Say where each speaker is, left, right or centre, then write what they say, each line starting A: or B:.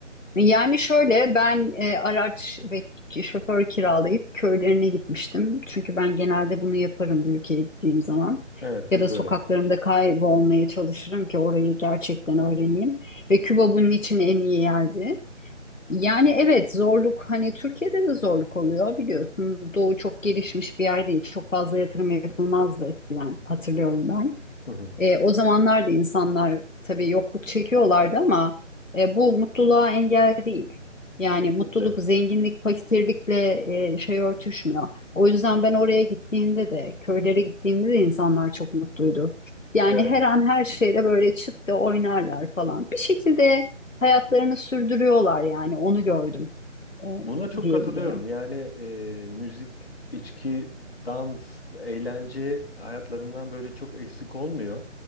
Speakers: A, on the left; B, on the left.
A: Yani şöyle ben e, araç ve ki- şoför kiralayıp köylerine gitmiştim. Çünkü ben genelde bunu yaparım bir ülkeye gittiğim zaman.
B: Evet,
A: Ya
B: biz
A: da
B: de
A: sokaklarımda
B: öyle.
A: kaybolmaya çalışırım ki orayı gerçekten öğreneyim. Ve Küba bunun için en iyi yerdi. Yani evet zorluk hani Türkiye'de de zorluk oluyor biliyorsun. Doğu çok gelişmiş bir yer değil. Çok fazla yatırım yapılmazdı eskiden hatırlıyorum ben.
B: Hı hı.
A: E, o zamanlar da insanlar tabii yokluk çekiyorlardı ama e, bu mutluluğa engel değil. Yani
B: Kesinlikle.
A: mutluluk, zenginlik, fakirlikle e, şey örtüşmüyor. O yüzden ben oraya gittiğimde de, köylere gittiğimde de insanlar çok mutluydu. Yani
B: Evet.
A: her an her şeyle böyle çıt da oynarlar falan. Bir şekilde hayatlarını sürdürüyorlar yani onu gördüm e,
B: Buna çok
A: diyebilirim.
B: katılıyorum. Yani e, müzik, içki, dans, eğlence hayatlarından böyle çok eksik olmuyor.